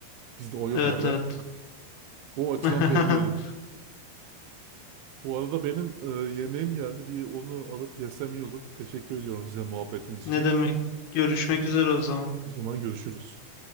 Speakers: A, on the right (about 85°); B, on the left (about 75°).
A: Bizde o yok
B: Evet
A: hala.
B: evet.
A: O açıdan
B: <laughs>
A: beğeniyordum. Bu arada benim e, yemeğim geldi. Bir onu alıp yesem iyi olur. Teşekkür ediyorum size muhabbetiniz için.
B: Ne demek? Görüşmek üzere o zaman.
A: O zaman görüşürüz.